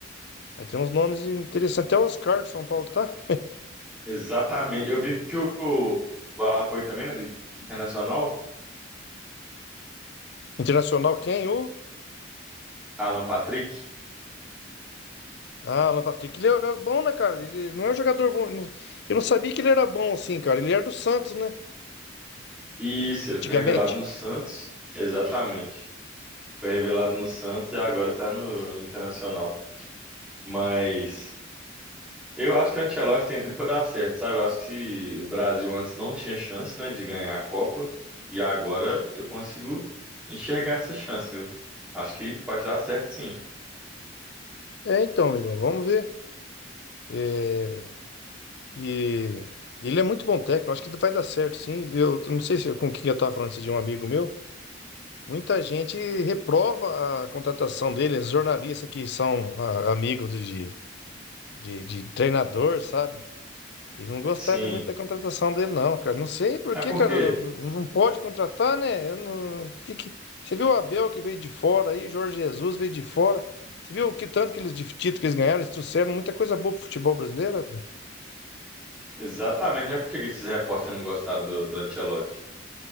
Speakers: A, on the left; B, in the centre.
A: Aí tem uns nomes interessantes. Até o Oscar de São Paulo, tá?
B: Exatamente. Eu vi que o, o Alan foi também, né, do Internacional,
A: Internacional, quem? O?
B: Alan Patrick.
A: Ah, Alan Patrick. Ele é é bom, né, cara? Ele não é um jogador bom. não- Eu não sabia que ele era bom assim, cara. Ele era do Santos, né?
B: Isso, ele
A: Antigamente.
B: foi revelado no Santos. Exatamente. Foi revelado no Santos e agora tá no, no Internacional. Mas eu acho que o Ancelotti tem tudo pra dar certo, sabe? Eu acho que se o Brasil antes não tinha chance, né, de ganhar a Copa e agora eu consigo enxergar essa chance, viu? Acho que pode dar certo, sim.
A: É, então, amigão, vamos ver. É, E ele é muito bom técnico, acho que vai dar certo, sim. Eu não sei se com quem eu estava falando esse de um amigo meu. Muita gente reprova a contratação dele, os jornalistas que são ah, amigos de, de, de treinador, sabe? E não gostaram
B: Sim.
A: muito da contratação dele, não, cara. Não sei por
B: É
A: que,
B: porque,
A: cara, não não pode contratar, né? Eu não- que, que... Você viu o Abel que veio de fora aí, o Jorge Jesus veio de fora. Você viu que tanto que eles de título que eles ganharam, eles trouxeram muita coisa boa pro futebol brasileiro, velho.
B: exatamente, é porque esses repórteres não gostaram do, do Ancelotti.